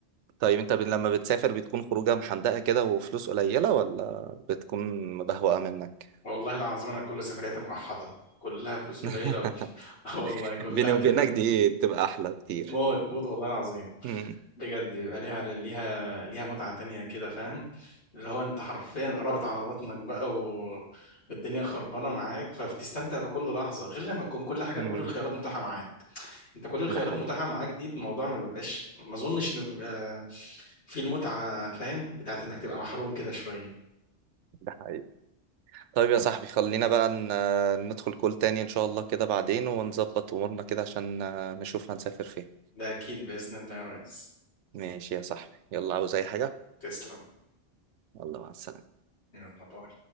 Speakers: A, on the right; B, on the left.
A: طيب انت ب- لما بتسافر بتكون خروجه محندقه كده وفلوس قليله ولا بتكون مبهوقه منك
B: والله العظيم انا كل سفرياتي مقحطه كلها فلوس قليله
A: <laughs>
B: وب- <laughs> آه والله كلها
A: بيني
B: بتبقى
A: وبينك دي بتبقى احلى كتير
B: موت موت والله العظيم
A: امم
B: بجد بيبقى ليها ليها ليها متعه تانية كده فاهم اللي هو انت حرفيا رابط على بطنك بقى و... والدنيا خربانه معاك فبتستمتع بكل لحظه غير لما تكون كل حاجه
A: امم
B: كل الخيارات متاحه معاك انت كل الخيارات
A: ده حقيقي
B: متاحة معاك دي الموضوع ما بيبقاش ما اظنش انه بيبقى في المتعة فاهم بتاعت انك تبقى محروم كده شوية
A: ده حقيقي طيب يا صاحبي خلينا بقى ن- ندخل كول تاني ان شاء الله كده بعدين ونظبط امورنا كده عشان آه، نشوف هنسافر فين
B: ده اكيد بإذن الله يا ريس
A: ماشي يا صاحبي يلا عاوز اي حاجه
B: تسلم
A: يلا مع السلامه
B: يلا باي